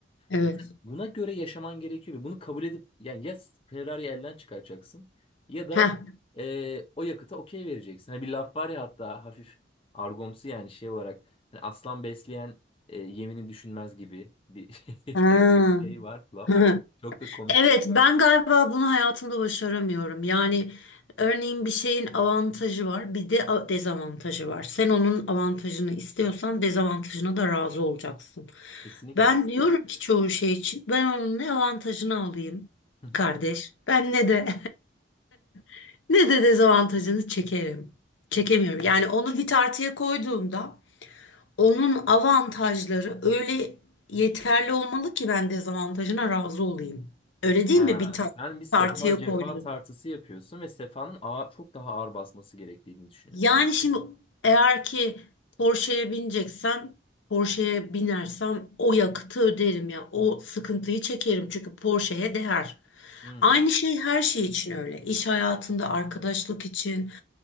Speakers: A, on the left (about 85°); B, on the left (about 30°).
A: Evet.
B: Evet, buna göre yaşaman gerekiyor ve bunu kabul edip yani ya Ferrari'yi elden çıkaracaksın ya da
A: Heh.
B: e, o yakıta okey vereceksin. Hani bir laf var ya hatta hafif argomsu yani şey olarak hani aslan besleyen e, yemini düşünmez gibi bir
A: Ha.
B: <laughs> şey var laf.
A: <laughs>
B: Çok da komik
A: Evet,
B: geliyor.
A: ben galiba bunu hayatımda başaramıyorum. Yani örneğin bir şeyin avantajı var, bir de a- dezavantajı var. Sen onun avantajını istiyorsan dezavantajına da razı olacaksın.
B: Kesinlikle.
A: Ben diyorum ki çoğu şey için ben onun ne avantajını alayım
B: Hı hı.
A: kardeş, ben ne de <laughs> ne de dezavantajını çekerim. Çekemiyorum. Yani onu bir tartıya koyduğumda onun avantajları öyle yeterli olmalı ki ben dezavantajına razı olayım. Öyle değil
B: Ha,
A: mi bir ta-
B: sen bir sefa
A: tartıya
B: cefa
A: koyduğum?
B: tartısı yapıyorsun ve sefanın ağır, çok daha ağır basması gerektiğini düşünüyorsun.
A: Yani şimdi eğer ki Porsche'ye bineceksem, Porsche'ye binersem o yakıtı öderim ya, o sıkıntıyı çekerim çünkü Porsche'ye değer.
B: Hmm,
A: Aynı şey her şey için öyle. İş hayatında, arkadaşlık için.